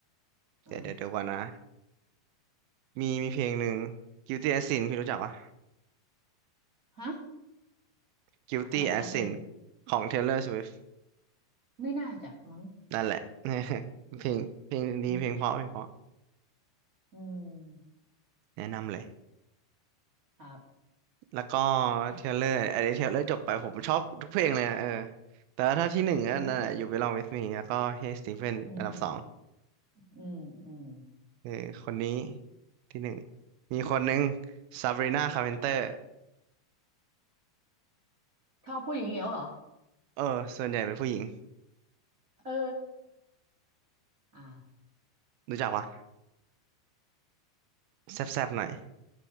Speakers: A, on the right; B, on the right.
A: เออ
B: เดี๋ยวเดี๋ยวเดี๋ยวก่อนนะมีมีเพลงหนึ่ง Guilty as Sin พี่รู้จักปะ
A: ฮะ
B: Guilty
A: อะไรนะเพลง
B: as Sin ของ Taylor Swift
A: ไม่น่าจะมั้ง
B: นั่นแหละ <laughs> เพลงเพลงดีเพลงเพราะเพลงเพราะ
A: อืมอืม
B: แนะนำเลย
A: ครับ
B: แล้วก็เทเลอร์อันนี้เทเลอร์จบไปผมชอบทุกเพลงเลยนะเออแต่ว่าถ้าที่หนึ่งก็นั่นแหละอยู่
A: อืมชอบทุกเพลง
B: Belong With Me แล้วก็ Hey Stephen
A: อืมอืม
B: อันดับสอง
A: อืมอืม
B: เออคนนี้ที่หนึ่งมีคนหนึ่ง Sabrina Carpenter
A: ใครชอบผู้หญิงเหรอเหรอ
B: เออส่วนใหญ่เป็นผู้หญิง
A: เออ อ่า
B: รู้จักปะแซบๆหน่อย